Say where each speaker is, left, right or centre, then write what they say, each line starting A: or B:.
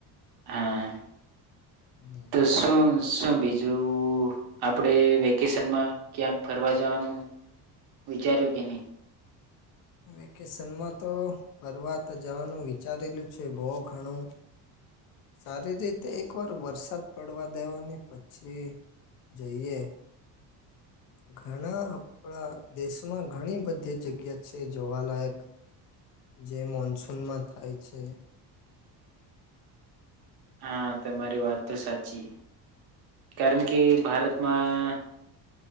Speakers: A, on the right; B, on the left.
A: હા.
B: <unintelligible>
A: તો શું શું બીજું આપડે વેકેશનમાં ક્યાંક ફરવા જવાનું વિચાર્યું કે નહી હ <inaudible>
B: વેકેશનમાં તો ફરવાત જવાનું વિચારેલું છે બહુ ઘણું સારી રીતે એકવાર વરસાદ પડવા દેવાની પછી જઈએ ઘણા આપણા દેશમાં ઘણી બધી જગ્યા છે જોવાલાયક જે મોનસૂનમાં થાય છે
A: હા તમારી વાત તો સાચી કારણ કે ભારતમાં